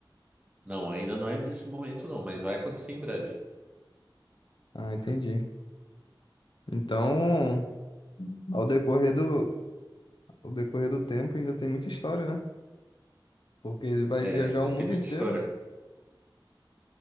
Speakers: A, on the right (about 15°); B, on the left (about 65°).
A: Não, ainda não é nesse momento, não, mas vai acontecer em breve.
B: Ah, entendi. Então, ao decorrer do, ao decorrer do tempo, ainda tem muita história, né? Porque ele vai
A: É,
B: viajar
A: ainda
B: o mundo
A: tem muita
B: inteiro.
A: história.